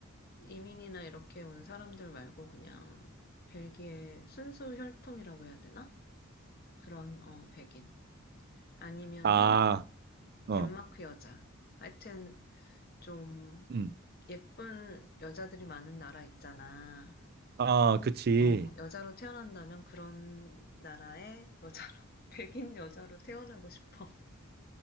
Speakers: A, on the left; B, on the right.
A: 이민이나 이렇게 온 사람들 말고 그냥 벨기에 순수 혈통이라고 해야 되나? 그런, 어, 백인. 아니면은
B: 아, 어,
A: 덴마크 여자. 하여튼 좀
B: 음,
A: 예쁜 여자들이 많은 나라 있잖아.
B: 아, 그치.
A: 어, 여자로 태어난다면 그런 나라의 여자로, <laughs> 백인 여자로 태어나고 싶어.